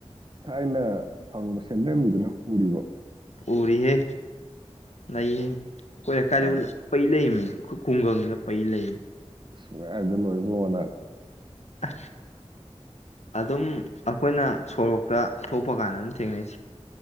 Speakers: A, on the right; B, on the left.
A: ꯊꯥꯏꯅ ꯐꯪꯕ ꯁꯟꯗ꯭ꯔꯦꯝꯕꯤꯗꯣ ꯅꯪ ꯎꯔꯤꯕꯣ
B: ꯎꯔꯤꯌꯦ ꯂꯩꯏꯌꯦ ꯀꯣꯏ ꯂꯩꯀꯥꯏ
A: ꯀꯥꯏꯅ
B: ꯄꯩ ꯂꯩꯃꯤ ꯈꯣꯢ ꯈꯨꯡꯒꯪꯗ ꯄꯩ ꯂꯩꯝ
A: ꯑꯁ <unintelligible>
B: ꯑꯁ ꯑꯗꯨꯝ ꯑꯩꯈꯣꯏꯅ ꯁꯣꯔꯣꯛꯇ ꯊꯣꯛꯄ ꯀꯥꯟꯗ ꯑꯗꯨꯝ ꯊꯦꯡꯅꯩꯁꯦ